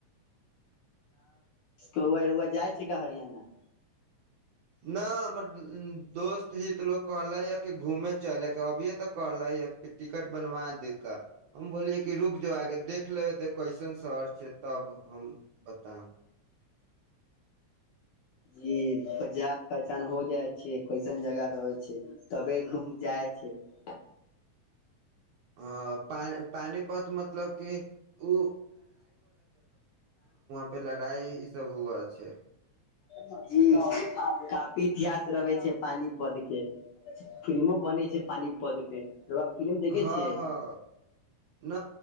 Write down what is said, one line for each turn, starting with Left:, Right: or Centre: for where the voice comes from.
Left: त कइ र जाइ छै का हरियाणा।
Right: न हमर दोस्त ही तऽ लोग कहले या कि घूमे चल अभिये तऽ कहले ह टिकट बनवा दे का हम बोलियै कि रुक जो आगे देख लेब त कैसन शहर छै। तब हम बताब।
Left: जी जान पहचान हो जाइ छै। कैसन जगह रहै छै त क घूम जाइ छै ब
Right: आ प पानिपत मतलब क, ओ पे लड़ाई ई सब हुआ छै
Left: हुँ कॉफी इतिहास रहे छै पानी पद के फिल्मो बने छै पानी पद पे। रउआ फिल्म देखे
Right: हँ
Left: छै
Right: हँ न,